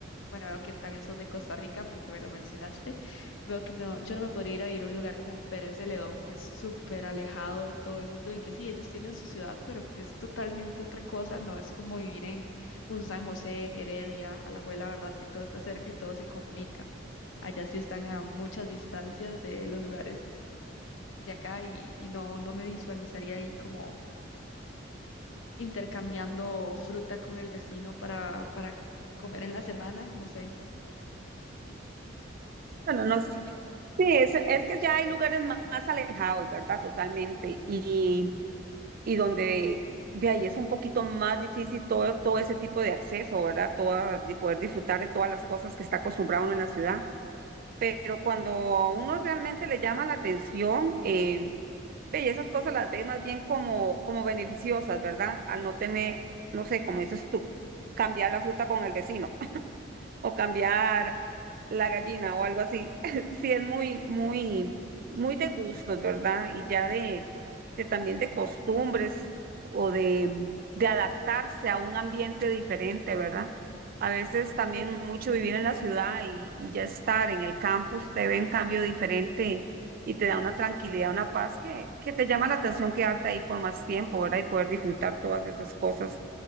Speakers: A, on the left (about 80°); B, on the right (about 50°).
A: bueno, veo que también sos de Costa Rica porque me lo mencionaste. Veo que no, yo no me podría ir a vivir a un lugar como Pérez de Ledón, que es súper alejado de todo el mundo y que sí, ellos tienen su ciudad, pero que es totalmente otra cosa. No es como vivir en un San José, Heredia, Alajuela, ¿verdad? Que todo está cerca y todo se comunica. Allá sí están a muchas distancias de los lugares de acá y, y no, no me visualizaría ahí como intercambiando fruta con el vecino para, para comer en la semana, no sé.
B: Bueno, no, sí. Sí, es, es que ya hay lugares ma- más, alejados, ¿verdad? Totalmente. Y, y donde de ahí es un poquito más difícil todo, todo ese tipo de acceso, ¿verdad? Toda, de poder disfrutar de todas las cosas que está acostumbrado uno en la ciudad. Pero cuando a uno realmente le llama la atención, eh, ve, y esas cosas las ve más bien como, como beneficiosas, ¿verdad? Al no tener, no sé, como dices tú, cambiar la fruta con el vecino o cambiar la gallina o algo así. <laughs> Sí es muy, muy, muy de gustos, ¿verdad? Y ya de, de también de costumbres o de, de adaptarse a un ambiente diferente, ¿verdad? A veces también mucho vivir en la ciudad y, y ya estar en el campo, usted ve un cambio diferente y te da una tranquilidad, una paz que, que te llama la atención quedarte ahí por más tiempo, ¿verdad? Y poder disfrutar todas esas cosas